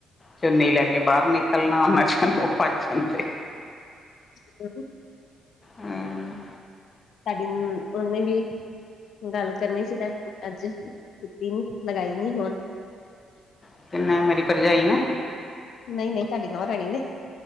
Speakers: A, on the left (about 30°); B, on the left (about 65°).
A: ਚੁੰਨੀ ਲੈ ਕੇ ਬਾਹਰ ਨਿਕਲਣਾ, ਉਹਨਾਂ ਚ ਉਹ ਭੱਜ ਜਾਂਦੇ।
B: <unintelligible>
A: ਹੂੰ
B: ਤੁਹਾਡੀ ਨੂੰ ਉਹਨੇ ਵੀ, ਗੱਲ ਕਰਨੀ ਸੀ, ਤੁਹਾਡੀ ਅੱਜ ਕੀਤੀ ਨੀ ਲਗਾਈ ਨੀ ਹੁਣ
A: <unintelligible> ਮੇਰੀ ਭਰਜਾਈ ਨਾ,
B: ਨਹੀਂ-ਨਹੀਂ ਤੁਹਾਡੀ ਨੂੰਹ ਰਣੀ ਨੇ,